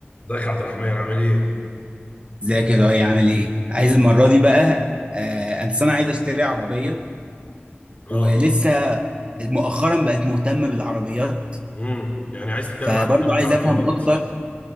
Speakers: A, on the left; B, on the right.
A: ازيك يا عبد الرحمن عامل ايه؟
B: ازيك يا لؤي عامل ايه؟ عايز المرة دي بقى آه أصل أنا عايز أشتري عربية
A: اه
B: ولسه مؤخرا بقت مهتمة بالعربيات
A: امم يعني عايز تتكلم
B: فبرضه
A: عن توبيك
B: عايز
A: العربيات
B: أفهم أكتر